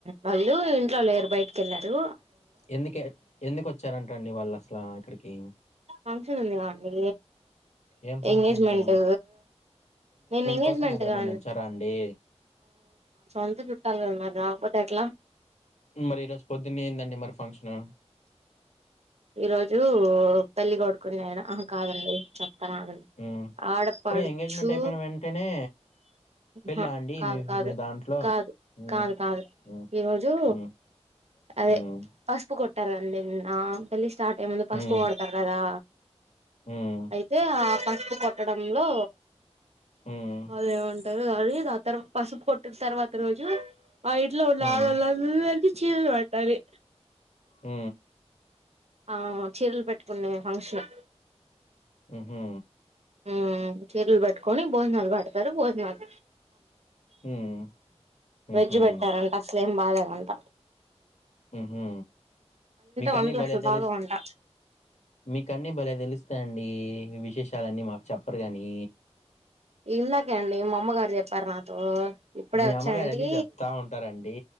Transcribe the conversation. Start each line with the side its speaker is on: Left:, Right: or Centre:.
Right: వాళ్ళు ఇంట్లో లేరు బయటికిళ్ళారు
Left: ఎందుకె ఎందుకు ఒచ్చారంటండి వాళ్ళు అస్లా కిడికి
Right: ఫంక్షన్ ఉంది మాకి
Left: ఏం ఫంక్షన్
Right: ఎంగేజ్మెంటూ
Left: అండి
Right: నేను ఎంగేజ్మెంట్
Left: కోసం హైదరాబాద్
Right: కాడి
Left: నుంచారా అండి
Right: సొంత చుట్టాల్ గద మరి రాకపోతే ఎట్లా
Left: మరి ఈరోజ్ పొద్దున్నె ఏందండి మరి ఫంక్షన్
Right: ఈ రోజూ పెల్లిగొడ్ కొన్నాయ ఆ కాదండి చెప్తానాగడ్
Left: మ్మ్
Right: ఆడపడుచు
Left: ఇప్పుడు ఎంగేజ్మెంట్ అయిపోయిన వెంటనే పెళ్ళా
Right: హా
Left: అండి
Right: కాదు
Left: మీ
Right: కాదు
Left: మీ దాంట్లో
Right: కాదు
Left: మ్మ్
Right: కాదు కాదు
Left: మ్మ్
Right: ఈరోజూ
Left: మ్మ్
Right: అదే
Left: హ్మ్.
Right: పసుపు కొట్ తరండి నా పెలిస్ స్టార్ట్ అయి ముందు పస్పు
Left: హ్మ్.
Right: కొడ్తారు గదా
Left: హ్మ్.
Right: ఐతే ఆ ప స్పు కొట్టడంలో
Left: హ్మ్.
Right: వాళ ఏమంటారు అది కా ఆ తర్వా పసుపు కొట్టిన తర్వాత రోజు ఆ ఇంట్లొ
Left: హ్మ్.
Right: అడాలందర్ చివ వట్టాలి
Left: ఊ
Right: ఆ చీరలు పెట్టుకునే ఫంక్షను
Left: ఉహు
Right: ఉ చీరల్ పెట్టుకని భోజనాలు పెడ్తారు భోజనాలు
Left: హ్మ్. హుహు.
Right: వెజ్జ్ పెట్టారంట అసలు ఏం బాలే అంట
Left: హ్మ మీకన్ని
Right: వంటలు
Left: భలే
Right: అసలు
Left: తెలుస
Right: బాగోవంట
Left: మీకన్ని భలే తెలుస్తాయండి విశేషాలన్నీ మాకు చెప్పరుగాని
Right: ఇందాకే అండి మా అమ్మగారు చెప్పారు నాతో ఇప్పుడే
Left: మీ
Right: వచ్చానంటీ
Left: అమ్మగారు అన్ని చెప్తా ఉంటారండి